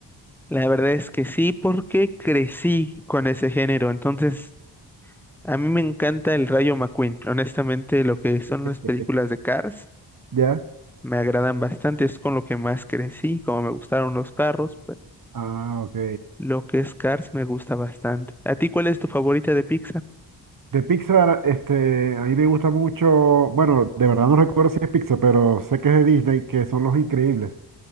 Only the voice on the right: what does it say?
<laughs>
¿Ya?
Ah, ok.
De Pixar, este, a mí me gusta mucho, bueno, de verdad no recuerdo si es Pixar, pero sé que es de Disney, que son Los Increíbles.